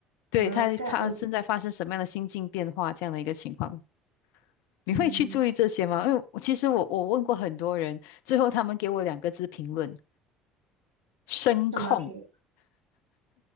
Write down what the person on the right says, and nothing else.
我能
g e 我能
嗯
什么频率。